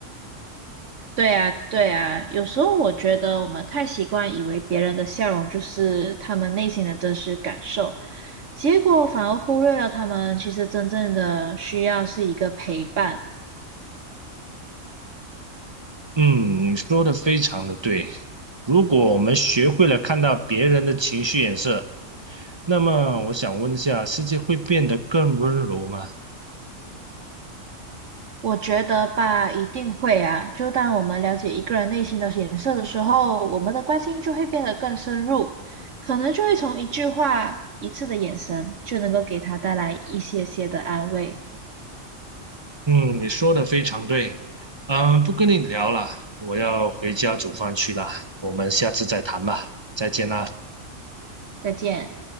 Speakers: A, on the right; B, on the right.
A: 对啊，对啊，有时候我觉得我们太习惯以为别人的笑容就是他们内心的真实感受，结果反而忽略了他们其实真正的需要是一个陪伴。
B: 嗯，你说的非常的对。如果我们学会了看到别人的情绪颜色，那么我想问一下，世界会变得更温柔吗？
A: 我觉得吧，一定会啊。就当我们了解一个人内心的颜色的时候，我们的关心就会变得更深入，可能就会从一句话、一次的眼神，就能够给他带来一些些的安慰。
B: 嗯，你说的非常对。嗯，不跟你聊了，我要回家煮饭去了。我们下次再谈吧，再见啦。
A: 再见。